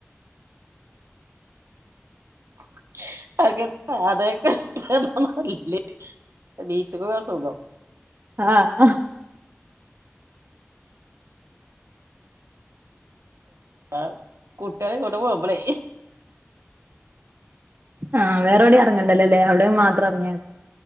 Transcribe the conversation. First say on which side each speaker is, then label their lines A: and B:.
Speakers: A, on the right; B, on the right.
A: <unintelligible> ബീച് പോവ സുഖം
B: ആഹ ആ
A: ആ കുട്ട്യാളെയും കൊണ്ടു പോവുമ്പോള്
B: ആഹ വേറെവിടെ ഇറങ്ങണ്ടല്ലെല്ലേ അവിടെയും മാത്രം ഇറങ്ങിയാ